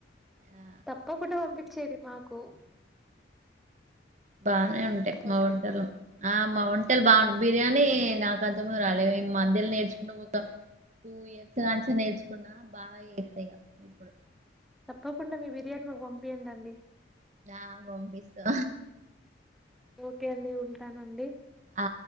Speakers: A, on the right (about 40°); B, in the centre.
A: ఆ
B: తప్పకుండా పంపి ఇచ్చేది మాకు
A: బానే ఉంటాయి
B: కదా!
A: మా వంటలు ఆ మా వంటలు బాగుం బిర్యానీ నాకు అంతము రాలే నె మధ్యలో నేర్చుకున్న ఓ టూ ఇయర్స్ కాంచి నేర్చుకున్నా బాగా చేతా ఇగ ఇప్పుడు
B: తప్పకుండా మీ బిర్యానీ మాకు పంపియండి అండి
A: ఆ పంపిస్తా
B: ఓకే అండి ఉంటానండి
A: ఆ